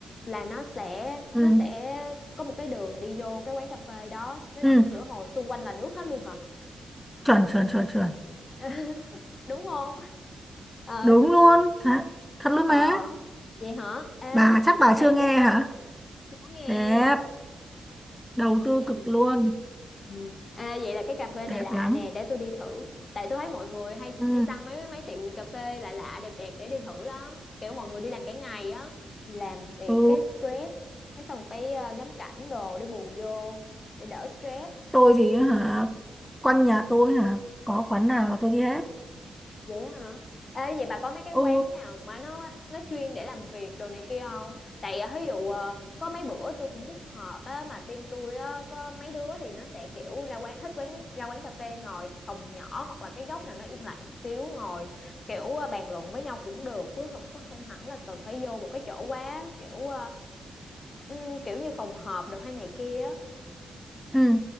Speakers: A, on the left; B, in the centre.
A: là nó sẽ
B: ừ
A: nó sẽ có một cái đường đi vô cái quán cà phê đó, nó
B: ừ
A: nằm giữa hồ, xung quanh là nước hết luôn hả?
B: chuẩn chuẩn chuẩn chuẩn
A: <laughs> Đúng không? Ờ,
B: đúng luôn thật, thật luôn
A: ờ.
B: má
A: Vậy hả? Ê,
B: bà chắc
A: vậy
B: bà
A: chắc đẹp
B: chưa nghe
A: lắm ha.
B: hả
A: Chưa nghe,
B: đẹp đầu
A: mới
B: tư
A: nghe.
B: cực luôn
A: Ừ. À, vậy là cái cà phê
B: đẹp
A: này lạ
B: lắm
A: nè để tôi đi thử tại tôi thấy mọi người hay
B: ừ
A: hay săn mấy mấy tiệm cà phê lạ lạ đẹp đẹp để đi thử lắm kiểu mọi người đi làm cả ngày á làm để
B: ừ
A: cái stress cái xong phải ờ, ngắm cảnh đồ để bù vô để đỡ stress
B: tôi thì hả quanh nhà tôi hả có quán nào là tôi đi hết
A: Vậy hả? Ê, vậy bà có mấy cái quán
B: ừ
A: nào mà nó nó chuyên để làm việc đồ này kia không? Tại à, ví dụ ờ, có mấy bữa tôi cũng book họp á mà team tôi á có mấy đứa thì nó sẽ kiểu ra quán thích quán ra quán cà phê ngồi phòng nhỏ hoặc là cái góc nào nó yên lặng xíu ngồi kiểu ờ, bàn luận với nhau cũng được chứ không có không hẳn là cần phải vô một cái chỗ quá kiểu ờ, ừ, kiểu như phòng họp đồ hay này kia á.
B: ừ